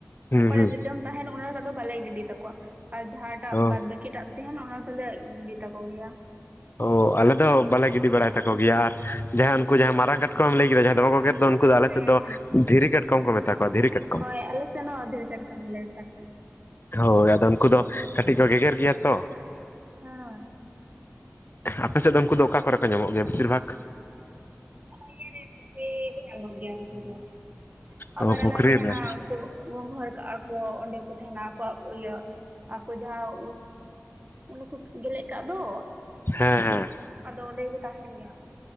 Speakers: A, on the left; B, on the right.
A: ᱦᱩᱸ
B: ᱚᱠᱟᱨᱮ
A: ᱦᱩᱸ
B: ᱨᱤᱴᱮᱢ ᱛᱟᱦᱮᱱ ᱚᱱᱟᱴᱟᱜ ᱫᱚ ᱵᱟᱞᱮ ᱜᱤᱰᱤ ᱛᱟᱠᱚᱣᱟ ᱟᱨ ᱡᱟᱦᱟᱸᱴᱟᱜ
A: ᱚ
B: ᱵᱟᱫᱽ ᱵᱟᱹᱠᱤ ᱴᱟᱜ ᱛᱮᱦᱮᱱ ᱚᱱᱟ ᱫᱚᱞᱮ ᱜᱤᱰᱤ ᱛᱟᱠᱚ ᱜᱮᱭᱟ᱾
A: ᱚ ᱟᱞᱮ ᱫᱚ ᱵᱟᱞᱮ ᱜᱤᱰᱤ
B: ᱚᱱᱠᱟ
A: ᱵᱟᱲᱟᱭ ᱛᱟᱠᱚ ᱜᱮᱭᱟ, ᱟᱨ ᱡᱟᱦᱟᱸᱭ ᱩᱱᱠᱩ ᱡᱟᱦᱟᱸᱭ ᱢᱟᱨᱟᱝ ᱠᱟᱴᱠᱚᱢ ᱞᱟᱹᱭ ᱠᱮᱫᱟ ᱡᱟᱦᱟᱸᱭ ᱫᱚ ᱵᱟᱝ ᱠᱚ ᱜᱮᱨ ᱫᱚ ᱩᱱᱠᱩ ᱫᱚ ᱟᱞᱮ
B: ᱦᱩᱸ
A: ᱥᱮᱫ ᱫᱚ ᱫᱷᱤᱨᱤ ᱠᱟᱴᱠᱚᱢ ᱠᱚ ᱢᱮᱛᱟ ᱠᱚᱣᱟ ᱫᱷᱤᱨᱤ ᱠᱟᱴ
B: ᱦᱚᱭ ᱟᱞᱮ ᱥᱮ ᱥᱮᱱᱦᱚᱸ ᱫᱷᱤᱨᱤ ᱠᱟᱴᱠᱚᱢ ᱜᱮ ᱞᱮ ᱢᱮᱛᱟ ᱠᱚᱣᱟ᱾
A: ᱦᱳᱭ ᱟᱫᱚ ᱩᱱᱠᱩ ᱫᱚ ᱠᱟᱹᱴᱤᱡ ᱠᱚ ᱜᱮᱜᱮᱨ ᱜᱮᱭᱟ ᱛᱚ,
B: ᱦᱟᱸ,
A: ᱟᱯᱮ ᱥᱮᱫ ᱫᱚ ᱩᱱᱠᱩ ᱫᱚ ᱚᱠᱟ ᱠᱚᱨᱮ ᱠᱚ ᱧᱟᱢᱚᱜ ᱜᱮᱭᱟ ᱵᱤᱥᱤᱨ ᱵᱷᱟᱜᱽ?
B: ᱤᱭᱟᱹ ᱨᱮ ᱯᱩᱠᱷᱨᱤ ᱨᱮ ᱧᱟᱢᱚᱜ ᱜᱮᱭᱟ ᱩᱱᱠᱩ ᱫᱚ ᱟᱵᱟᱨ
A: ᱚ ᱯᱩᱠᱷᱨᱤ
B: ᱚᱱᱟ ᱛᱮᱦᱮᱱᱟ
A: ᱨᱮ
B: ᱩᱱᱠᱩ ᱜᱚᱸᱜᱷᱚᱨ ᱠᱟᱜ-ᱟ ᱠᱚ ᱚᱸᱰᱮ ᱠᱚ ᱛᱟᱦᱮᱱᱟ ᱟᱠᱚᱣᱟᱜ ᱤᱭᱟᱹ ᱟᱠᱚ ᱡᱟᱦᱟᱸ ᱚᱸᱰᱮ ᱠᱚ ᱜᱮᱞᱮᱫ ᱠᱟᱜ ᱫᱚ,
A: ᱦᱮᱸ ᱦᱮᱸ
B: ᱚᱸᱰᱮ ᱜᱮᱠᱚ ᱛᱟᱦᱮᱱ ᱜᱮᱭᱟ᱾